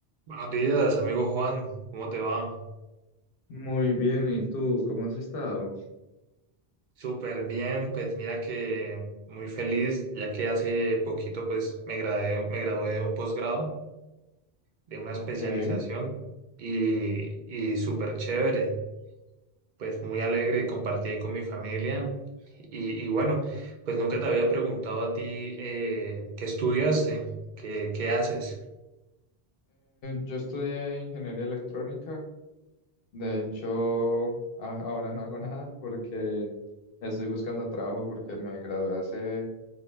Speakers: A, on the right; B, on the left.
A: Buenos días, amigo Juan, ¿cómo te va?
B: Muy bien, ¿y tú cómo has estado?
A: Súper bien, pues mira que muy feliz, ya que hace poquito pues me gradué, me gradué de un posgrado, de una especialización
B: Ok. Eh,
A: y, y súper chévere, pues muy alegre, compartí ahí con mi familia y, y bueno, pues nunca te había preguntado a ti eh, qué estudiaste, qué, qué haces.
B: yo estudié ingeniería electrónica. De hecho, a- ahora no hago <laughs> nada porque estoy buscando trabajo porque me gradué hace